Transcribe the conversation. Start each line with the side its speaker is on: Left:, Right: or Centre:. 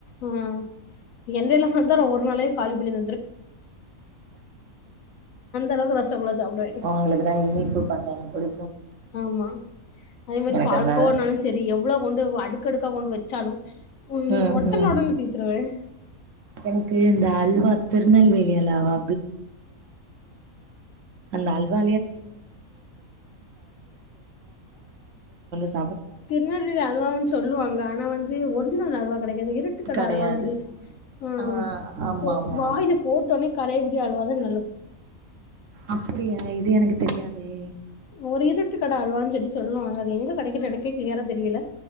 Left: ஆஹ் எண்ணெய்லே வந்த ஒரு நாளே காலிபண்ணி அளவுக்கு ரசகுல்லா சாப்டுவே
Right: அவங்களுக்குதான் இனிப்பு பண்ணணும் கொடு
Left: ஆமா அதே மாதிரி
Right: எனக்கு
Left: பால்
Right: அதனால
Left: கோவானாலும் சரி எவ்வளவு கொண்டு அடுக்க அடுக்கா கொண்டு வச்சாலும் உம்
Right: ம்
Left: மொத்தமாவே
Right: ம்
Left: தீத்துருவேன்
Right: எனக்கு எந்த அல்வா திருநெல்வேலி அல்வா ந <unintelligible>
Left: திருநெல்வேலி அல்வான்னு சொல்லுவாங்க ஆனா வந்து ஒரிஜினல் அல்வா இருட்டுக்கடை
Right: கெடையாது
Left: அல்வா சொல்லி ம்ம்
Right: ஆ ஆமா ஆமா
Left: வாயில போட்ட உடனே கரையக்கூடிய அல்வாதான் நல்ல
Right: அப்படியா இது இது எனக்கு தெரியாதே
Left: ஒரு இருட்டு கடை அல்வான்னு சொல்லி சொல்லுவாங்க அது எங்கே கிடைக்குன்னு எனக்கே கிளியரா தெரியல